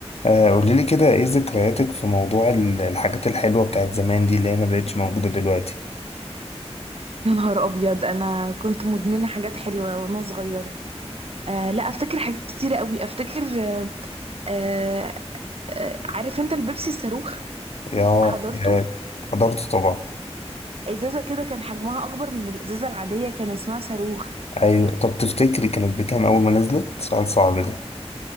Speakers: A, on the left; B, on the right.
A: آه، قولي لي كده ايه ذكرياتك في موضوع ال- الحاجات الحلوة بتاعت زمان دي اللي هي ما بقتش موجودة دلوقتي
B: يا نهار ابيض انا كنت مدمنه حاجات حلوه وانا صغيره آه لا افتكر حاجات كتيره قوي افتكر آه آه آه، عارف انت البيبسي الصاروخ
A: ياه
B: حضرته
A: ياه حضرت طبعا
B: ازازه كده كان حجمها اكبر من الازازه العاديه كان اسمها صاروخ
A: ايوه طب تفتكري كانت بكام اول ما نزلت سؤال صعب ده